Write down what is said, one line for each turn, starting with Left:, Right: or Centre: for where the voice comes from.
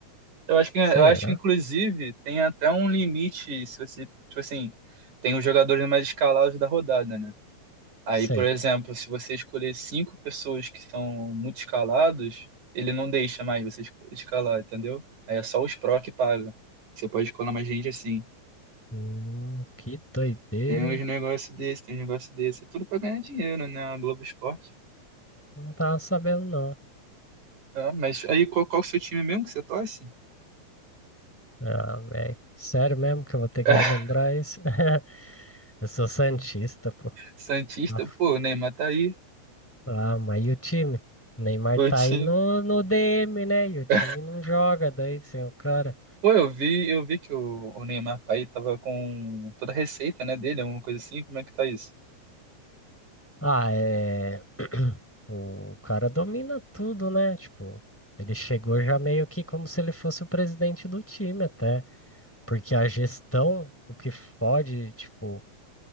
Right: Eu acho que, eu
Centre: Será?
Right: acho que inclusive, tem até um limite, se você, tipo assim, tem os jogadores mais escalados da rodada, né? Aí,
Centre: Sei.
Right: por exemplo, se você escolher cinco pessoas que são muito escalados, ele não deixa mais você esco- escalar, entendeu? Aí é só os pró que paga. Você pode escolar mais gente assim.
Centre: Hum, que doideira,
Right: Tem uns
Centre: hein?
Right: negócios desse, tem uns negócios desse. É tudo pra ganhar dinheiro, né? A Globo Esporte.
Centre: Não tava sabendo, não.
Right: Ah, mas aí, qual, qual o seu time mesmo que você torce?
Centre: Ah, velho. Sério mesmo que eu vou ter
Right: <laughs>
Centre: que relembrar isso? <laughs> Eu sou santista, pô.
Right: Santista,
Centre: Tá
Right: pô, o Neymar tá aí.
Centre: Ah, mas e o time? O Neymar
Right: O
Centre: tá
Right: time.
Centre: aí no, no DM, né?
Right: <laughs>
Centre: E o time não joga daí sem o cara.
Right: Pô, eu vi, eu vi que o, o Neymar pai tava com toda a receita, né, dele, alguma coisa assim, como é que tá isso?
Centre: Ah, é. <clears throat> O cara domina tudo, né? Tipo, ele chegou já meio que como se ele fosse o presidente do time, até. Porque a gestão, o que fode, tipo,